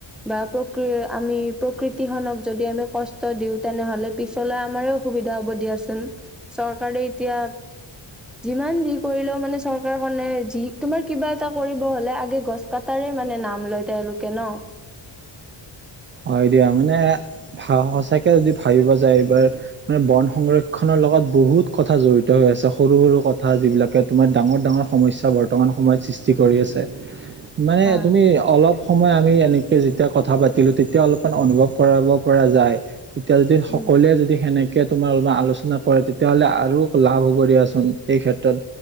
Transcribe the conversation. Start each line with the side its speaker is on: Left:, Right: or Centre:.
Centre: বা প্ৰকৃ আমি প্ৰকৃতি খনক যদি আমি কষ্ট দিওঁ। তেনে হ'লে পিছলৈ আমাৰে অসুবিধা হ'ব দিয়াচোন৷ চৰক কাৰে এতিয়া যিমান যি কৰিলেও মানে চৰকাৰখনে যি তোমাৰ কিবা এটা কৰিব হ'লে আগে গছ কটাৰ মানে নাম লয় তেওঁলোকে ন।
Right: হয় দিয়া। মানে সঁচাকে যদি ভাবিব যায় এইবাৰ মানে বন সংৰক্ষণৰ বহুত কথা জড়িত হৈ আছে সৰু সৰু কথা যিবিলাকে তোমাৰ ডাঙৰ ডাঙৰ সমস্যা বৰ্তমান সময়ত সৃষ্টি কৰি আছে৷মানে
Centre: হয়
Right: তুমি অলপ সময় আমি এনেকে যেতিয়া কথা পাতিলোঁ তেতি তেতিয়া অলপমান অনুভৱ কৰাব পৰা যায়। এতিয়া যদি সকলোৱে
Centre: উম
Right: যদি সেনেকে তোমাৰ অলপ আলোচনা কৰে তেতিয়াহ'লে আৰু লাভ হ'ব দিয়াচোন এই ক্ষেত্ৰত